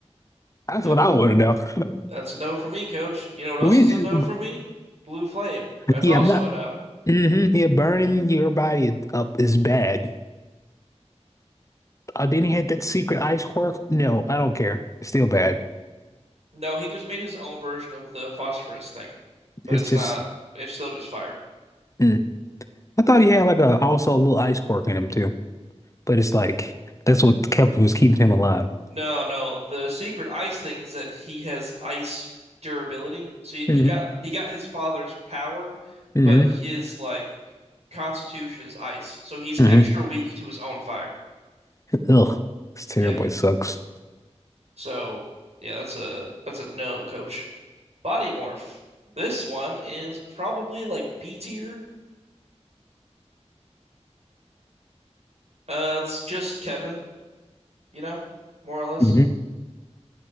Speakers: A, on the left; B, on the right.
A: That's
B: Yep.
A: what I want to know. <laughs>
B: That's a no for me, coach. You know what else
A: We,
B: is a no for me? Blue flame. That's
A: yeah,
B: also
A: I'm not.
B: a no.
A: hmm yeah, burning your body up is bad. Uh, then he had that secret ice quirk. No, I don't care. It's Still bad.
B: No, he just made his own version of the phosphorus thing, but
A: It's
B: it's
A: just.
B: not, it's still just fire.
A: mm. I thought he had like a also a little ice quirk in him too. but it's like that's what kept was keeping him alive.
B: No, no. The secret ice thing is that he has ice durability. So he, he
A: Mm-hmm.
B: got he got his father's power,
A: Mm-hmm.
B: but his like constitution is ice. So he's
A: Mm-hmm.
B: extra weak to his own fire.
A: Ugh, it's terrible.
B: Yeah.
A: It sucks.
B: So yeah, that's a that's a no, coach. Body Morph. This one is probably like B tier. Uh, it's just Kevin, you know, more or less.
A: Mm-hmm.